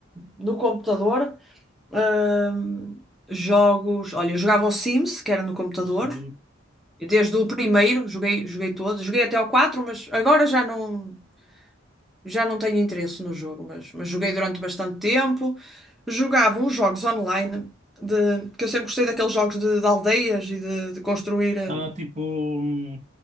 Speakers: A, in the centre; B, on the right (about 35°).
A: no computador ehm, jogos. Olha, eu jogava o Sims, que era no computador.
B: Assim,
A: E Desde o primeiro, joguei, joguei todos, joguei até ao quatro mas agora já não. Já não tenho interesse no jogo, mas, mas joguei durante bastante tempo. Jogava uns jogos online, de, que eu sempre gostei daqueles jogos de, de aldeias e de, de construir. eh,
B: Ah, tipo, hum,